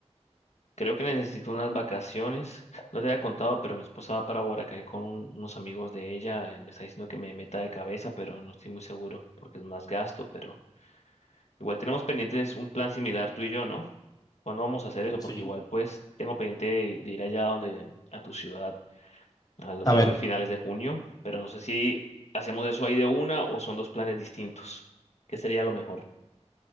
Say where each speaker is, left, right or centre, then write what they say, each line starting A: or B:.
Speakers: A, on the left; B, on the left.
A: creo que necesito unas vacaciones. No te había contado, pero mi esposa va para Boracay con un- unos amigos de ella. eh, Me está diciendo que me meta de cabeza, pero no estoy muy seguro porque es más gasto, pero igual tenemos pendientes un plan similar tú y yo, ¿no? ¿Cuándo vamos a hacer eso?
B: Sí.
A: Porque igual pues tengo pendiente de, de ir allá donde, a tu ciudad, alrededor
B: A ver,
A: de finales de junio, pero no sé si hacemos eso ahí de una o son dos planes distintos. ¿Qué sería lo mejor?